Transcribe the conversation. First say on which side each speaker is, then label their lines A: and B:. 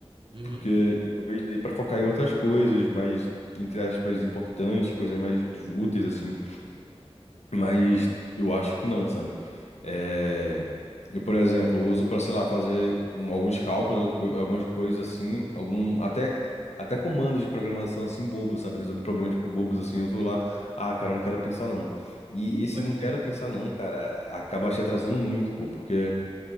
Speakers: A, on the right (about 45°); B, on the left (about 80°).
A: uhum.
B: porque talvez dê pra focar em outras coisas mais, entre aspas, importantes, coisas mais úteis, assim, mas eu acho que não, sabe? É, eu, por exemplo, uso pra, sei lá, fazer um- alguns cálculos, algu- co- algumas coisas assim, algum, até, até comando de programação, assim, bobo, sabe? Resolver problemas, tipo, bobos, assim, eu vou lá, ah, cara, eu não quero pensar, não. E esse
A: Pode
B: não
A: crer.
B: quero pensar não, cara, acaba te atrasando muito, pô, porque